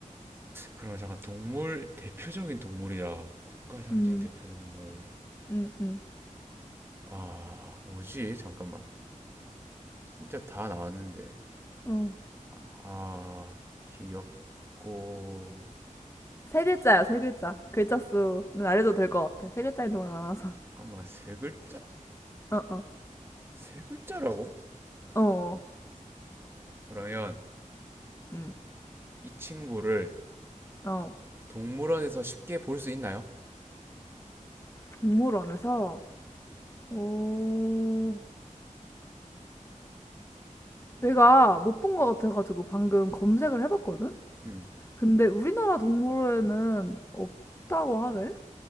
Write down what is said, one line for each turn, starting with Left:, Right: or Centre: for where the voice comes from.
Right: 그러면 잠깐 동물 대표적인 동물이야. 국가 상징
Left: 음
Right: 대표 동물.
Left: 음 음.
Right: 아, 뭐지? 잠깐만. 진짜 다 나왔는데.
Left: 어.
Right: 아, 귀엽고
Left: 세 글자야 세 글자. 글자 수는 알려도 될 것 같아. 세 글자인 동물 많아서.
Right: 잠깐만, 세 글자?
Left: 어 어.
Right: 세 글자라고?
Left: 어.
Right: 그러면
Left: 음.
Right: 이 친구를
Left: 어.
Right: 동물원에서 쉽게 볼 수 있나요?
Left: 동물원에서. 어. 내가 못 본 것 같아가지고 방금 검색을 해봤거든?
Right: 음.
Left: 근데 우리나라 동물원에는 없다고 하네?